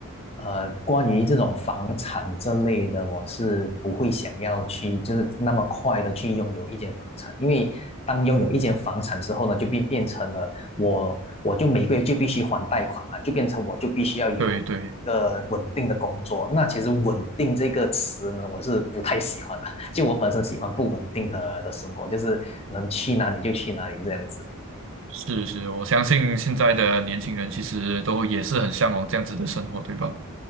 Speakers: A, on the left (about 25°); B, on the right (about 60°).
A: 呃，关于这种房产这类的，我是不会想要去，就是那么快的去拥有一间房产，因为当拥有一间房产之后呢，就变变成了我，我就每个月就必须还贷款嘛，就变成我就必须要有一个稳定的工作。
B: 对对。
A: 那其实“稳定”这个词呢，我是不太喜欢的，<laughs> 就我本身喜欢不稳定的的生活，就是能去哪里就去哪里这样子。
B: 是是，我相信现在的年轻人其实都也是很向往这样子的生活，对吧？